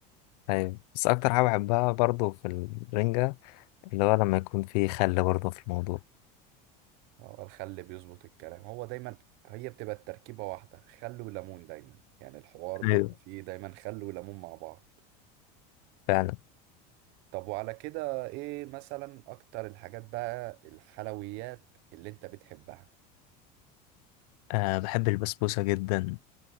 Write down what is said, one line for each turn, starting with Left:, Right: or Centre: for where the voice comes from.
Left: طيب بس اكتر حاجه بحبها برضو في الرنجه اللي هو لما يكون في خل برضو في الموضوع
Right: هو الخل بيظبط الكلام هو دايما هي بتبقى التركيبة واحدة خل وليمون دايما يعني الحوار بيبقى
Left: ايوه
Right: فيه دايما خل وليمون مع بعض
Left: فعلا
Right: طب وعلى كده ايه مثلا اكتر الحاجات بقى الحلويات اللي انت بتحبها
Left: أه بحب البسبوسه جدا